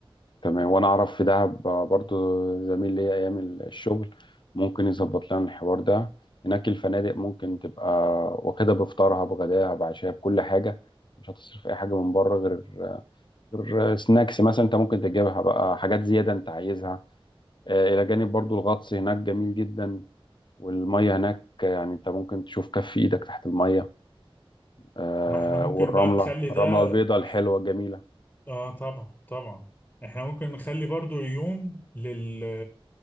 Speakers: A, on the left; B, on the left.
A: تمام وانا اعرف في دهب برضو زميل ليا ايام الشغل ممكن يظبط لنا الحوار ده هناك الفنادق ممكن تبقى واخدة بفطارها بغداها بعشاها بكل حاجة مش هتصرف اي حاجة من بره غير غير سناكس مثلا انت ممكن تجيبها بقى حاجات زيادة انت عايزها آه، الى جانب برضو الغطس هناك جميل جدا والمية هناك يعني انت ممكن تشوف كف ايدك تحت المية آه،
B: ما احنا ممكن
A: والرملة
B: بقى نخلي ده
A: الرملة البيضاء الحلوة
B: ح...
A: الجميلة
B: اه طبعا طبعا احنا ممكن نخلي برضو يوم لل